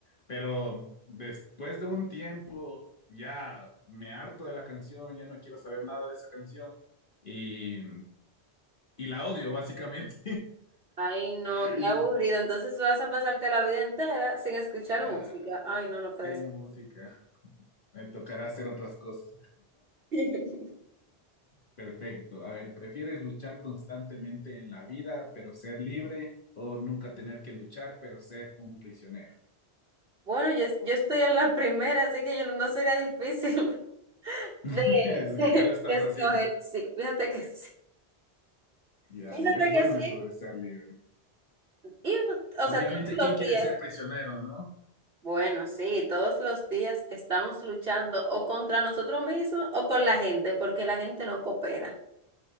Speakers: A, on the left; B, on the right.
A: pero después de un tiempo ya me harto de la canción, ya no quiero saber nada de esa canción y, y la odio básicamente.
B: Ay, no,
A: <laughs>
B: qué aburrido. Entonces tú vas a pasarte la vida entera sin escuchar
A: Ya,
B: música. Ay, no, no puede
A: sin
B: ser.
A: música, me tocará hacer otras cosas.
B: <laughs>
A: Perfecto. A ver, ¿prefieres luchar constantemente en la vida, pero ser libre, o nunca tener que luchar, pero ser un prisionero?
B: Bueno, yo, es- yo estoy en la primera, así que yo no no sería difícil <laughs>
A: <laughs>
B: de,
A: Es-
B: de
A: ya lo estás
B: de escoger.
A: haciendo.
B: Sí, fíjate que sí.
A: Ya,
B: Fíjate
A: es bueno
B: que sí.
A: eso de ser libre.
B: Y uno- o
A: Obviamente,
B: sea, todos los
A: ¿quién
B: días.
A: quiere ser prisionero, no?
B: Bueno, sí, todos los días estamos luchando o contra nosotros mismos o con la gente, porque la gente no coopera.